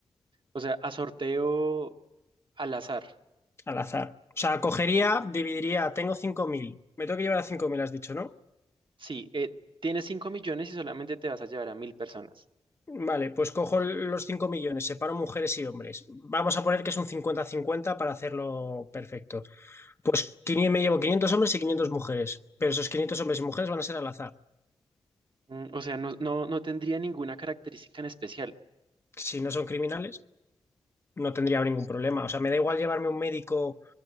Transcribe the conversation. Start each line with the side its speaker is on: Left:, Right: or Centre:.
Right: O sea, a sorteo al azar.
Left: al azar. O sea, cogería, dividiría, tengo cinco mil me tengo que llevar a cinco mil has dicho, ¿no?
Right: Sí, eh, tienes 5 millones y solamente te vas a llevar a mil personas.
Left: Vale, pues cojo los 5 millones, separo mujeres y hombres. Vamos a poner que es un 50 cincuenta para hacerlo perfecto. Pues quinientos me llevo 500 hombres y 500 mujeres, pero esos 500 hombres y mujeres van a ser al azar.
Right: Mm, o sea, no, no, no tendría ninguna característica en especial.
Left: Si no son criminales, no tendría ningún problema. O sea, me da igual llevarme un médico